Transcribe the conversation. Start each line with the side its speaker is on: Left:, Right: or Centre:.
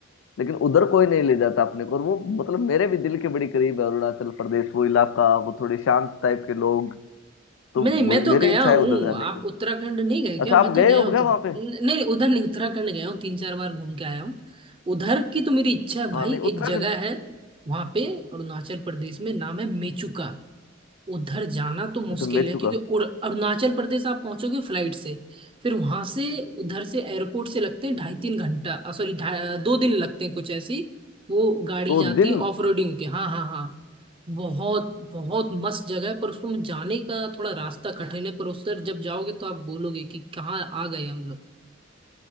Left: लेकिन उधर कोई नहीं ले जाता अपने को और वो मतलब मेरे भी दिल के बड़ी करीब है अरुणाचल प्रदेश वो इलाका वो थोड़े शांत टाइप के लोग तो
Right: मैं
Left: मु-
Right: नहीं मैं तो
Left: मेरी
Right: गया
Left: इच्छा
Right: हूँ
Left: है उधर जाने
Right: आप
Left: की
Right: उत्तराखंड नहीं गए
Left: अच्छा
Right: क्या मैं
Left: आप
Right: तो
Left: गए
Right: गया
Left: हो
Right: उत्तर
Left: क्या वहां पे
Right: न- नहीं उधर नहीं उत्तराखंड गया हूँ तीन चार बार घूम के आया हूँ उधर की तो मेरी इच्छा है भाई
Left: हाँ नहीं उत्तराखंड
Right: एक जगह है वहां पे अरुणाचल प्रदेश में नाम है मेचुका उधर जाना तो मुश्किल
Left: अच्छा मैं
Right: है
Left: चुका
Right: क्योंकि उर- अरुणाचल प्रदेश आप पहुंचोगे फ्लाइट से फिर वहां से उधर से एयरपोर्ट से लगते हैं ढाई तीन घंटा सॉरी दो दिन लगते हैं कुछ ऐसी वो गाड़ी
Left: दो
Right: जाती
Left: दिन
Right: है ऑफ रोडिंग के हाँ हाँ हाँ बहुत बहुत मस्त जगह है पर उसमें जाने का थोड़ा रास्ता कठिन है पर उससे जब जाओगे तो आप बोलोगे कि कहाँ आ गए हम लोग